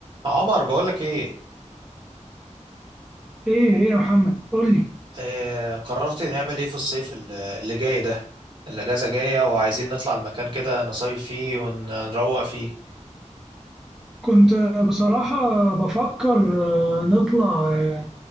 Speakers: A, on the right; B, in the centre.
A: عمر بقولك ايه
B: ايه هي يا محمد قول لي
A: آه قررت نعمل ايه في الصيف ال- اللي جاي ده الاجازه جايه وعايزين نطلع المكان كده نصيف فيه ونروق فيه
B: كنت بصراحة بفكر آه، نطلع آه،